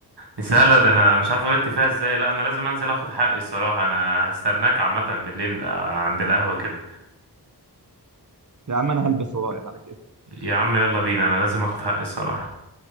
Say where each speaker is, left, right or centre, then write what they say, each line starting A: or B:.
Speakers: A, on the right; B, on the right.
A: مسألة ده انا مش عارف غلطت فيها ازاي لا انا لازم انزل اخد حقي الصراحة انا هستناك عامة بالليل آه، عند القهوة كده
B: يا عم انا هلبس ورايح على كده
A: يا عم يلا بينا انا لازم اخد حقي الصراحة